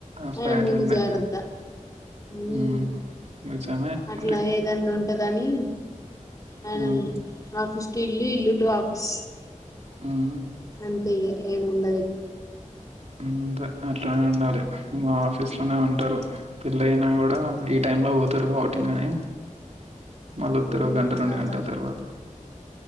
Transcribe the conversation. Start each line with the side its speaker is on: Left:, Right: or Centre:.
Right: అట్లా
Left: ఆయన
Right: అట్లున్నాయి
Left: ముందు జాగ్రత్త మ్మ్
Right: ఉమ్ నిజమే
Left: అట్లా
Right: మరి.
Left: ఏదన్నా ఉంటద్ దని ఆయన
Right: హ్మ్.
Left: ఆఫీస్కి ఎళ్ళి ఇల్లు డోపస్
Right: హ్మ్
Left: అంతే ఇగ ఏముండది
Right: అంతే అట్లనే ఉండాలి మా ఆఫీస్ లోనే ఉంటారు పెళైయినా కూడా ఈ టైం లో పోతారు ఔటింగ్ అని మళ్ళీ వత్తరు
Left: ఉమ్
Right: ఒ గంట రెండు
Left: కథ
Right: గంటల తర్వాత